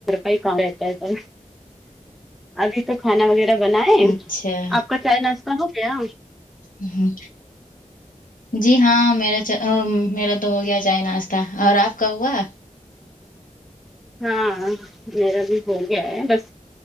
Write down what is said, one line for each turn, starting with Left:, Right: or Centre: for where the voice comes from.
Centre: کا کم س ابھی تو کھانا وغیرہ بنائے
Left: اچھا
Centre: آپ کا چائے ناشتہ ہو گیا
Left: ہ ہ جی ہاں میرا میرا تو ہو گیا چائے ناشتہ اور آپ کا ہوا
Centre: ہاں میرا بھی ہو گیا ہے بس